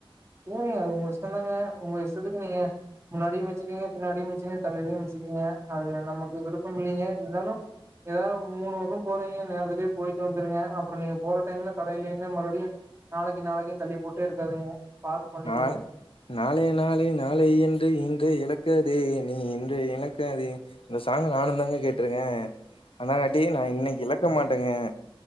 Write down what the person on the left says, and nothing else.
நாள் நாளே நாளே நாளயென்று இன்றே இழக்க தே நீ இன்ற இழக்காதே இந்த சாங் நானுந்தாங்க கேட்ருக்கே ஆனாகாட்டி நா இன்னைக்கு இழக்க மாட்டேங்க